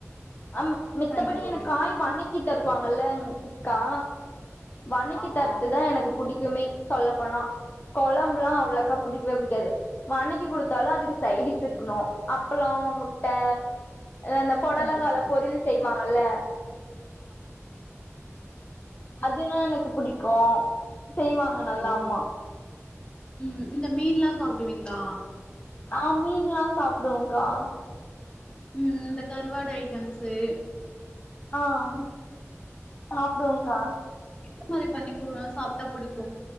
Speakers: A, on the left; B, on the left.
A: அ மித்தபடி
B: சரிங்க தோழி
A: எனக் காய் வணக்கி தருவாங்கல்லக்கா வன்னிக்கு
B: ஆமா
A: தரடு தா எனக்கு டிக்குமே சொல்ல னா குழம்ப எல்லா அவ்வளோக்கா புடிக்குவே புடிக் எது வணக்கி கொடுத்தாலு அதுக்கு சைடு இஸ் இருக்கணு அப்பளம் முட்ட அந்த பொடலங்கால
B: கண்டிப்பா
A: பொரியல் செய் வாங்கல்ல
B: ஆ சொல்ல
A: அதுனா எனக்கு புடிக்கு செய்வாங்க நல்லா
B: சரிங்க
A: அம்மா
B: தோழி ம் இந்த மீன் எல்லா சாப்பிடுவீங்களா
A: ஆஹ் மீன்ல்லா சாப்புடுவ்கா
B: உம் இந்த கருவாடு ஐட்டம்ஸ்சு
A: ஆஹ் சாப்புடு்ங்கா
B: இந்தந்த மாதிரி பண்ணி குலுல்லா சாப்ட்டா பிடிக்கும்